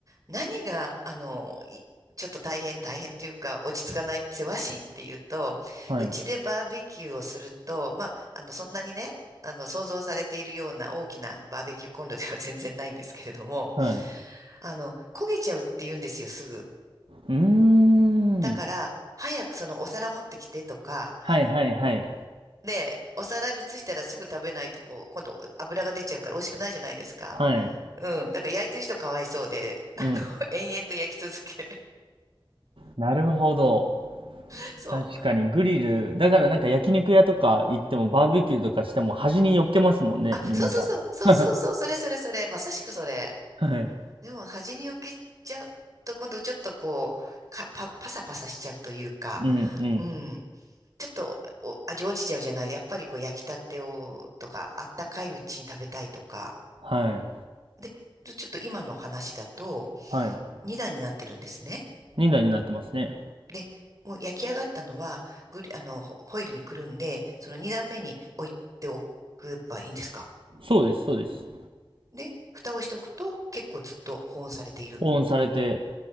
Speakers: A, on the right; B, on the right.
A: 何が、あの、いちょっと大変、大変っていうか、落ち着かない、せわしいっていうと、
B: はい
A: うちでバーベキューをすると、まあ、あの、そんなにね、あの、想像されているような大きなバーベキューコンロでは全然ないんですけれども、
B: はい。う
A: あの、焦げちゃうって言うんですよ、すぐ。
B: ーん。
A: だから、早くそのお皿持ってきてとか、
B: はいはいはい。
A: で、お皿に移したらすぐ食べないと、こう、今度油が出ちゃうから美味しくないじゃないですか。
B: はい。
A: うん。だから焼いてる人かわいそうで、あの、
B: うん。
A: <laughs> 延々と焼き続け。
B: なるほど。
A: <laughs> そう。
B: 確かにグリル、だからなんか焼肉屋とか行ってもバーベキューとかしても端に寄っけますもんね、
A: あ、
B: みんなが。
A: そうそうそう、そうそうそう、
B: <laughs>
A: それそれそれ、まさしくそれ。
B: はい。
A: でも端に置けちゃうと、今度ちょっとこう、か、パ、パサパサしちゃうというか、
B: うんうん。
A: うん。ちょっとお味落ちちゃうじゃない。やっぱりこう焼きたてをとか、あったかいうちに食べたいとか。
B: はい。
A: で、ちょちょっと今の話だと、
B: はい。
A: 2段になってるんですね。
B: 2台になってますね。
A: で、もう焼き上がったのは、グリ、あの、ホホイルにくるんで、その2段目に置いておけばいいんですか。
B: そうです、そうです。
A: で、蓋をしておくと結構ずっと保温されている。
B: 保温されて。